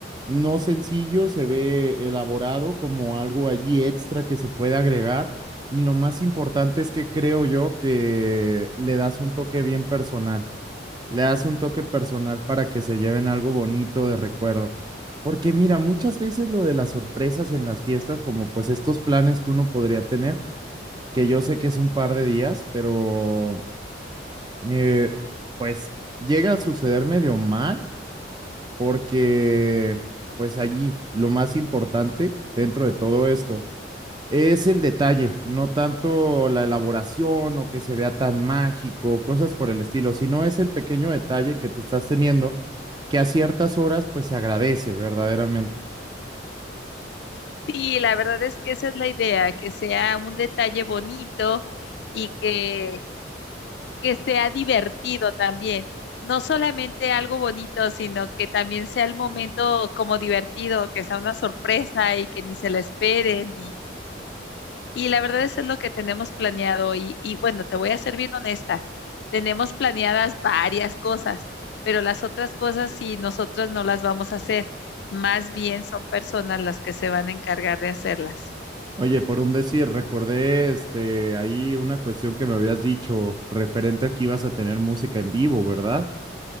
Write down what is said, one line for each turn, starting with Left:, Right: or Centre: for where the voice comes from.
Right: no sencillo, se ve elaborado como algo allí extra que se puede agregar y lo más importante es que creo yo que le das un toque bien personal, le das un toque personal para que se lleven algo bonito de recuerdo. Porque mira, muchas veces lo de las sorpresas en las fiestas, como pues estos planes que uno podría tener, que yo sé que es un par de días, pero eh, pues llega a suceder medio mal porque pues allí lo más importante dentro de todo esto es el detalle, no tanto la elaboración o que se vea tan mágico, cosas por el estilo, sino es el pequeño detalle que te estás teniendo que a ciertas horas pues se agradece verdaderamente.
Left: Sí, la verdad es que esa es la idea, que sea un detalle bonito y que, que sea divertido también. No solamente algo bonito, sino que también sea el momento como divertido, que sea una sorpresa y que ni se la esperen. Y, y la verdad eso es lo que tenemos planeado. Y, y bueno, te voy a ser bien honesta, tenemos planeadas varias cosas, pero las otras cosas sí, nosotros no las vamos a hacer. Más bien son personas las que se van a encargar de hacerlas.
Right: Oye, por un decir, recordé este ahí una cuestión que me habías dicho referente a que ibas a tener música en vivo, ¿verdad?